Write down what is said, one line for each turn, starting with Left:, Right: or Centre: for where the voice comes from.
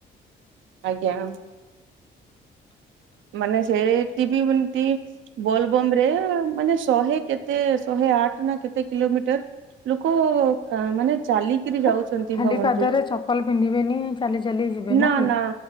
Right: ଆଜ୍ଞା। ମାନେ ସେ ଟିଭି ହୁନ୍ତି ଏତି ବୋଲ ବମରେ ମାନେ ଶହେ କେତ ତେ ଶହେ ଆଠ ନା କେତେ କିଲୋମିଟର ଲୋକ କାଁ ମାନେ ଚାଲି କିରି
Left: ଖା-
Right: ଯାଉଚନ୍ତି
Left: ଖାଲି
Right: ଭାବନ୍ତୁ।
Left: ପାଦରେ ଚପଲ ପିନ୍ଧିବେନି ଚାଲି ଚାଲି ଯିବେ
Right: ନା
Left: କି?
Right: ନା।